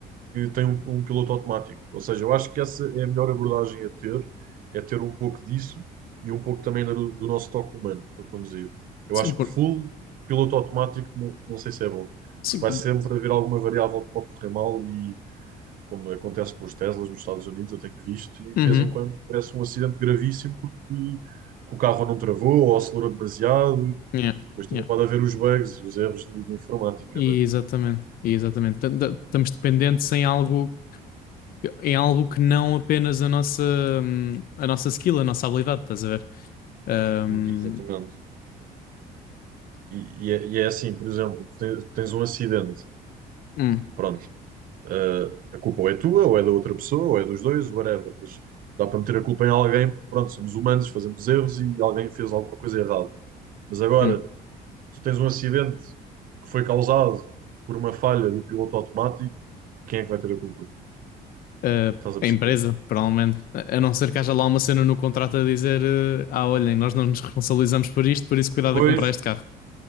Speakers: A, on the right; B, on the left.
A: que tem um, um piloto automático. Ou seja, eu acho que essa é a melhor abordagem a ter, é ter um pouco disso e um pouco também do, do nosso toque humano para conduzir. Eu
B: Sim,
A: acho
B: por...
A: que full piloto automático não, não sei se é bom,
B: Sim,
A: porque vai
B: por...
A: sempre haver alguma variável que pode correr mal e, como acontece com os Teslas nos Estados Unidos, eu tenho visto, e de
B: Uhum.
A: vez em quando parece um acidente gravíssimo porque que o carro não travou ou acelerou demasiado.
B: Yeah,
A: Depois também
B: yeah.
A: pode haver os bugs e os erros de, de informática,
B: E
A: não
B: exatamente, e exatamente. Tam- da- Estamos dependentes em algo, em algo que não apenas a nossa, hum, a nossa skill, a nossa habilidade, estás a ver? Hum,
A: é? Exatamente. E, e é, e é assim, por exemplo, tens, tens um acidente,
B: hum,
A: pronto, eh, a culpa ou é tua, ou é da outra pessoa, ou é dos dois, whatever, mas dá para meter a culpa em alguém, porque pronto, somos humanos, fazemos erros e alguém fez alguma coisa errada. Mas agora,
B: hum.
A: tu tens um acidente que foi causado por uma falha do piloto automático, quem é que vai ter a culpa?
B: Uh,
A: Estás a
B: a
A: perceber?
B: empresa, provavelmente. A a não ser que haja lá uma cena no contrato a dizer, eh, ah, olhem, nós não nos responsabilizamos por isto, por isso cuidado
A: Pois,
B: a comprar este carro.